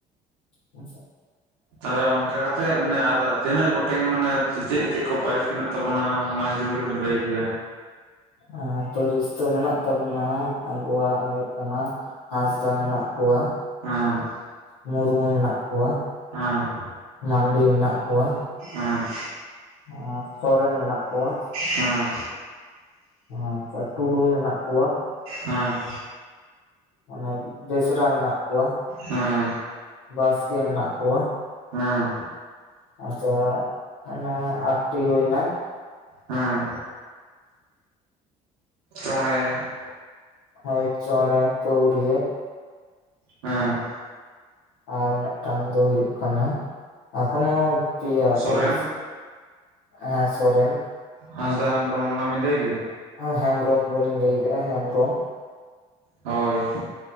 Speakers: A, on the left; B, on the right.
A: ᱱᱟᱥᱮᱜ
B: ᱛᱟᱦᱚᱞᱮ ᱚᱱᱠᱟ ᱠᱟᱛᱮᱜ ᱢᱟᱱᱮ ᱟᱨ ᱛᱤᱱᱟᱹᱜ ᱜᱚᱴᱮᱱ ᱢᱟᱱᱮ ᱪᱮᱫ ᱪᱮᱫ ᱠᱚ ᱯᱟᱹᱨᱤᱥ ᱢᱮᱱᱟᱜ ᱛᱟᱵᱚᱱᱟ ᱚᱱᱟ ᱤᱫᱤ ᱵᱟᱹᱲᱤᱡ ᱵᱮᱱ ᱞᱟᱹᱭ ᱠᱮᱭᱟ
A: ᱟᱨ ᱯᱟᱹᱨᱤᱥ ᱫᱚ ᱢᱮᱱᱟᱜ ᱛᱟᱵᱚᱱᱟ ᱟᱵᱚᱣᱟᱜ ᱦᱩᱭᱩᱜ ᱠᱟᱱᱟ ᱦᱟᱸᱥᱫᱟ ᱢᱮᱱᱟᱜ ᱠᱚᱣᱟ
B: ᱦᱮᱸ
A: ᱢᱩᱨᱢᱩ ᱢᱮᱱᱟᱜ ᱠᱚᱣᱟ
B: ᱦᱮᱸ
A: ᱢᱟᱱᱰᱤ ᱢᱮᱱᱟᱜ ᱠᱚᱣᱟ
B: ᱦᱮᱸ
A: ᱟᱨ ᱥᱚᱨᱮᱱ ᱢᱮᱱᱟᱜ ᱠᱚᱣᱟ
B: ᱦᱮᱸ
A: ᱟᱪᱪᱷᱟ ᱴᱩᱰᱩ ᱢᱮᱱᱟᱜ ᱠᱚᱣᱟ
B: ᱦᱮᱸ
A: ᱚᱱᱟ ᱵᱮᱥᱨᱟ ᱢᱮᱱᱟᱜ ᱠᱚᱣᱟ
B: ᱦᱮᱸ
A: ᱵᱟᱥᱠᱮ ᱢᱮᱱᱟᱜ ᱠᱚᱣᱟ
B: ᱦᱮᱸ
A: ᱟᱪᱪᱷᱟ ᱚᱱᱟ ᱟᱴᱴᱤ ᱦᱩᱭᱱᱟ
B: ᱦᱮᱸ ᱪᱚᱬᱮ
A: ᱦᱚᱭ ᱪᱚᱬᱮ ᱯᱟᱹᱣᱨᱤᱭᱟᱹ
B: ᱦᱮᱸ
A: ᱟᱨ ᱢᱤᱫᱴᱟᱝ ᱫᱚ ᱦᱩᱭᱩᱜ ᱠᱟᱱᱟ ᱮᱠᱷᱚᱱᱚ ᱯᱮᱭᱟ
B: ᱥᱚᱨᱮᱱ
A: ᱯᱟᱹᱨᱤᱥ ᱦᱮᱸ ᱥᱚᱨᱮᱱ
B: ᱦᱟᱸᱥᱫᱟ ᱦᱮᱢᱵᱨᱚᱢ ᱚᱱᱟ ᱵᱤᱱ ᱞᱟᱹᱭ ᱠᱮᱫᱟ
A: ᱦᱮᱸ ᱦᱮᱢᱵᱽᱨᱚᱢ ᱵᱚᱞᱤᱧ ᱞᱟᱹᱭᱠᱮᱜᱼᱟ ᱦᱮᱢᱵᱽᱨᱚᱢ
B: ᱦᱳᱭ